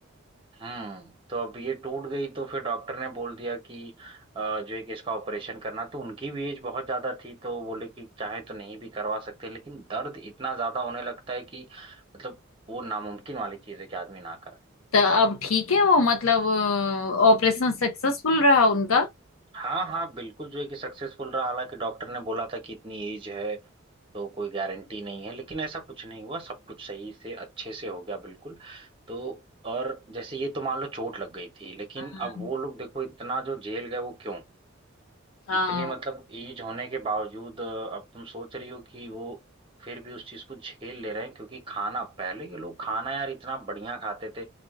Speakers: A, on the right (about 25°); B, on the left (about 75°).
A: हम्म तो अब ये टूट गई तो फिर डॉक्टर ने बोल दिया कि अ, जो है कि इसका ऑपरेशन करना तो उनकी भी एज बहुत ज्यादा थी तो बोले कि चाहे तो नहीं भी करवा सकते लेकिन दर्द इतना ज्यादा होने लगता है कि मतलब वो नामुमकिन वाली चीज है कि आदमी ना कराए
B: तो अब ठीक है वो मतलब ऑपरेशन सक्सेसफुल रहा उनका
A: हाँ हाँ बिल्कुल जो है कि सक्सेसफुल रहा हालांकि डॉक्टर ने बोला था कि इतनी एज है तो कोई गारंटी नहीं है लेकिन ऐसा कुछ नहीं हुआ सब कुछ सही से अच्छे से हो गया बिल्कुल तो और जैसे ये तो मान लो चोट लग गई थी लेकिन
B: हाँ
A: अब वो लोग देखो इतना जो झेल गए वो क्यों
B: हाँ,
A: इतने मतलब एज होने के बावजूद अ, अब तुम सोच रही हो कि वो फिर भी उस चीज को झेल ले रहे हैं क्योंकि खाना पहले के लोग खाना यार इतना बढ़िया खाते थे